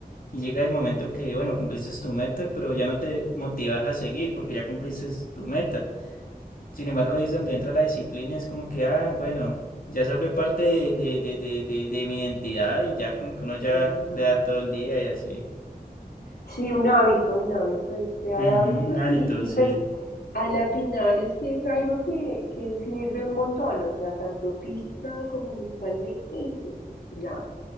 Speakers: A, on the left; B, on the left.
A: y llega el momento que, bueno, cumpliste tu meta, pero ya no te motivas a seguir porque ya cumpliste tu meta. Sin embargo, ahí es donde entra la disciplina, es como que, ah, bueno, ya se vuelve parte de, de, de, de, de, de mi identidad y ya como que uno ya
B: Claro.
A: le da todo el día y así.
B: Sí, un hábito, un hábito es crear
A: Ujú,
B: hábitos
A: un hábito,
B: y, y
A: sí.
B: pues a la final es que es algo que, que sirve un montón, o sea, tanto física como mentalmente y pues nada,